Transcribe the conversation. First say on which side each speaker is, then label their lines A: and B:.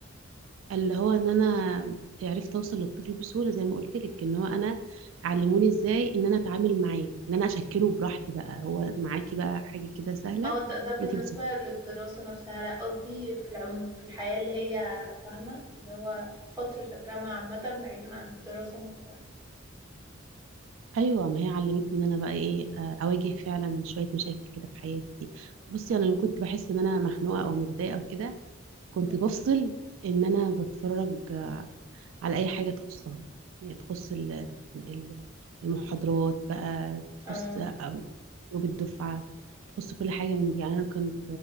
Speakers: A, on the right; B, on the right.
A: اللي هو ان انا عرفت اوصل للطفل بسهوله زي ما قلت لك ان هو انا علموني ازاي ان انا اتعامل معاه ان انا اشكله براحتي بقى هو معاكي بقى حاجه كده سهله
B: اه ده, ده بالنسبة
A: انت بتسيب
B: للدراسة نفسها لا قصدي في العموم في الحياة اللي هي فاهمة اللي هو فترة الجامعة عامة بعيدا عن الدراسة نفسها
A: ايوه ما هي علمتني ان انا بقى ايه آه، اواجه فعلا شويه مشاكل كده في حياتي بصي انا لما كنت بحس ان انا مخنوقه او متضايقه او كده كنت
B: مم.
A: بفصل ان انا بتفرج على اي حاجه تخصها يعني تخص ال- ال- المحاضرات بقى تخص
B: اه
A: جروب الدفعه تخص كل حاجه من دي يعني انا كنت